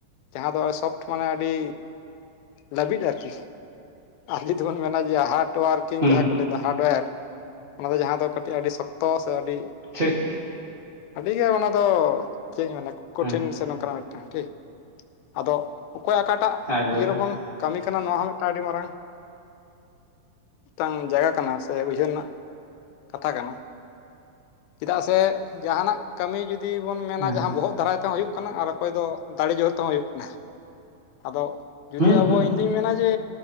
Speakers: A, on the left; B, on the right.
A: ᱡᱟᱦᱟᱸ ᱫᱚ ᱥᱚᱯᱷᱴ ᱢᱟᱱᱮ ᱟᱹᱰᱤ ᱞᱟᱹᱵᱤᱫ ᱟᱨᱠᱤ, ᱟᱨ ᱡᱩᱫᱤ ᱵᱚᱱ ᱢᱮᱱᱟ ᱡᱮ ᱦᱟᱨᱰ ᱚᱣᱟᱨᱠᱤᱝ
B: ᱦᱩᱸ
A: ᱡᱟᱦᱟᱸ ᱠᱚ ᱞᱟᱹᱭ ᱦᱟᱨᱰᱚᱭᱮᱨ ᱚᱱᱟ ᱫᱚ ᱡᱟᱦᱟᱸ ᱫᱚ ᱠᱟᱹᱴᱤᱡ ᱟᱹᱰᱤ ᱥᱚᱠᱛᱚ ᱥᱮ ᱟᱹᱰᱤ
B: ᱴᱷᱤᱠ᱾
A: ᱟᱹᱰᱤᱜᱮ ᱚᱱᱟ ᱫᱚ ᱪᱮᱫ ᱤᱧ ᱢᱮᱱᱟ ᱠᱚᱴᱷᱤᱱ
B: ᱦᱮᱸ
A: ᱥᱮ ᱱᱚᱝᱠᱟᱱᱟᱜ ᱢᱤᱫᱴᱟᱱ ᱴᱷᱤᱠ᱾ ᱟᱫᱚ ᱚᱠᱚᱭ ᱚᱠᱟᱴᱟᱜ
B: ᱮᱠᱵᱟᱨᱮ
A: ᱤᱭᱟᱹ ᱨᱮᱵᱚᱱ ᱠᱟᱹᱢᱤ ᱠᱟᱱᱟ ᱱᱚᱣᱟ ᱦᱚᱸ ᱢᱤᱫᱴᱟᱱ ᱟᱹᱰᱤ ᱢᱟᱨᱟᱝ ᱢᱤᱫᱴᱟᱝ ᱡᱟᱭᱜᱟ ᱠᱟᱱᱟ ᱥᱮ ᱩᱭᱦᱟᱹᱨ ᱨᱮᱱᱟᱜ ᱠᱟᱛᱷᱟ ᱠᱟᱱᱟ᱾ ᱪᱮᱫᱟᱜ ᱥᱮ ᱡᱟᱦᱟᱸᱱᱟᱜ ᱠᱟᱹᱢᱤ ᱡᱩᱫᱤ ᱵᱚᱱ ᱢᱮᱱᱟ
B: ᱦᱮᱸ
A: ᱡᱟᱦᱟᱸ ᱵᱚᱦᱚᱜ ᱫᱟᱨᱟᱭ ᱛᱮᱦᱚᱸ ᱦᱩᱭᱩᱜ ᱠᱟᱱᱟ ᱟᱨ ᱚᱠᱚᱭ ᱫᱚ ᱫᱟᱲᱮ ᱡᱳᱨ ᱛᱮᱦᱚᱸ ᱦᱩᱭᱩᱜ ᱠᱟᱱᱟ, ᱟᱫᱚ ᱡᱩᱫᱤ
B: ᱦᱩᱸ
A: ᱟᱵᱚ
B: ᱦᱩᱸ
A: ᱤᱧ ᱫᱩᱧ ᱢᱮᱱᱟ ᱡᱮ